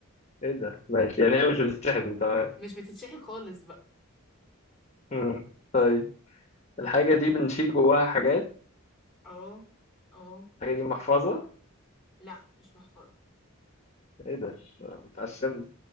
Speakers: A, on the left; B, in the centre.
A: ايه ده ماشي يعني هي مش بتتشحن طيب
B: مش بتتشحن خالص بقى
A: مم. طيب الحاجة دي بنشيل جواها حاجات
B: اه اه
A: الحاجة دي محفظة
B: لا مش محفظة
A: ايه ده اتعشمت